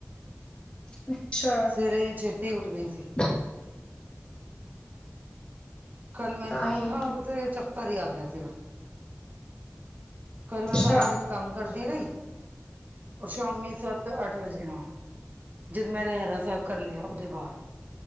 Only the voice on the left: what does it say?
ਅੱਛਾ।
<inaudible>
ਤਾਂ ਹੀ
ਅੱਛਾ